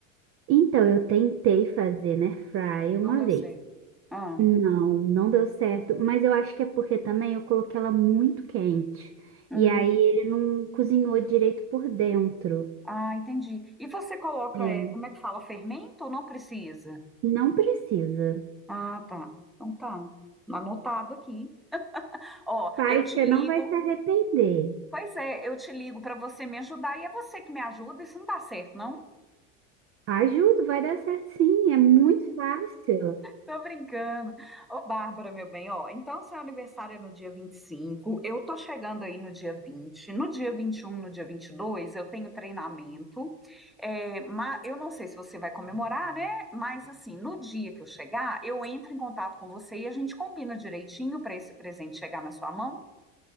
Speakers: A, on the right (about 35°); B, in the centre.
A: Então, eu tentei fazer, né, fry
B: Não
A: uma
B: deu
A: vez.
B: certo. Ah,
A: Não, não deu certo, mas eu acho que é porque também eu coloquei ela muito quente.
B: hum.
A: E aí ele não cozinhou direito por dentro.
B: Ah, entendi. E você coloca,
A: É,
B: é, como é que fala, fermento ou não precisa?
A: não precisa.
B: Ah, tá. Então tá. Anotado aqui. Ó,
A: Pai,
B: eu te
A: você não
B: ligo.
A: vai se arrepender.
B: Pois é, eu te ligo para você me ajudar e é você que me ajuda. Isso não dá certo, não.
A: Ajuda, vai dar certo sim, é muito fácil.
B: Tô brincando. Ô, Bárbara, meu bem, ó, então seu aniversário é no dia 25. eu tô chegando aí no dia 20. no dia 21, no dia 22, eu tenho treinamento, é, ma- eu não sei se você vai comemorar, né? Mas, assim, no dia que eu chegar, eu entro em contato com você e a gente combina direitinho pra esse presente chegar na sua mão,